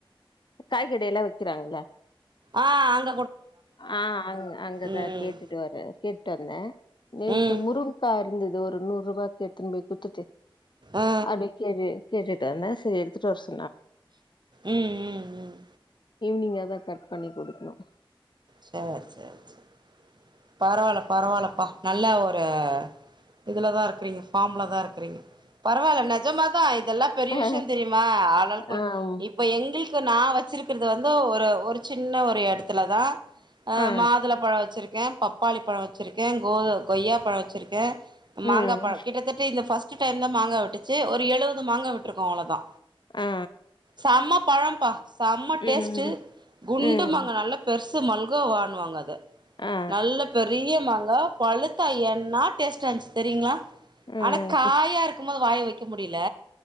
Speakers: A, on the left (about 55°); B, on the right (about 50°).
A: காய்கடை எல்லா வைக்கிறாங்கல்ல
B: ஆ அங்
A: ஆஹ் அங் அங்கதான்
B: ம்
A: கேட்டுட்டு வரேன் கேட்டுட்டு வந்தேன் நேத்து
B: ம்
A: முருங்கக்கா இருந்தது ஒரு நூறு ரூபாய்க்கு எடுத்துனு போய் குடுத்துட்டு
B: ஆ
A: அதுக்கே கேட்டுட்டு வந்தே சரி எடுத்துட்டு வர சொ
B: உம் உம் உம்
A: நீங்கா தான் கட் பண்ணி கொடுக்கணும்
B: சரி சரி சரி பரவாயில்ல பரவாயில்லப்பா நல்ல ஒரு இதுலதான் இருக்கீங்க ஃபம்ல தான் இருக்கீங்க பரவால்ல நெஜமாதா இதெல்ல பெரிய
A: ஆ
B: விஷயம் தெரியுமா ஆளாள் கொடு
A: ஆம்
B: இப்ப எங்களுக் இப்ப நா வச்சிருக்கறது வந்து ஒரு ஒரு சின்ன ஒரு எடத்துல தா ஆஹ்
A: ஆ
B: மாதுள பழம் வச்சிருக் க்கே பப்பாளி பழம் வச்சுருக்கே கோது கொய்யா பழம் வச்சுருக்கே
A: ம்
B: மாங்கா பழம் கிட்டத்தட்ட இந்த ஃபர்ஸ் டு டைம் தா மாங்கா வெட்டுச்சு ஒரு எழுபது மாங்கா விட்டுருக்கு அவ்ளவுதா
A: ஆ
B: சமா பழம்பா செம்ம
A: ம்
B: டேஸ்ட்டு குண்டுமாங்கா
A: ம்
B: நல்லா பெருசு கு மல்கோவானுவாங்க அத
A: ஆ
B: நல்ல பெரிய ஆமாங்க பழுத்தா என்னா டேஸ்ட்டாருந்துச்சு தெரியுங்களா
A: ம்
B: ஆனா காயா இருக்கும் போது வாய வைக் முடியல